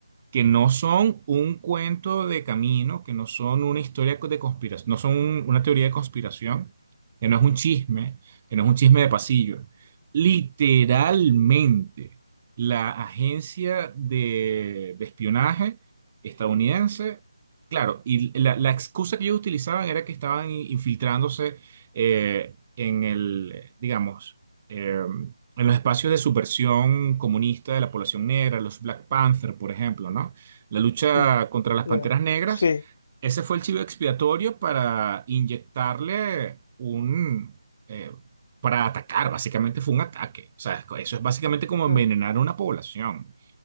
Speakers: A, on the right; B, on the left.
A: que no son un cuento de camino, que no son una historia de conspiración, no son un- una teoría de conspiración, que no es un chisme, que no es un chisme de pasillo. Literalmente, la agencia de, de espionaje estadounidense, claro, y la, la excusa que ellos utilizaban era que estaban in- infiltrándose eh, en el, digamos, em, en los espacios de subversión comunista de la población negra, los Black Panther, por ejemplo, ¿no? La lucha
B: mm,
A: contra las
B: yeah.
A: panteras negras,
B: Sí,
A: ese fue el chivo expiatorio para inyectarle un... eh, para atacar, básicamente fue un ataque. O sea, es co- eso es básicamente como envenenar
B: ah,
A: a una población.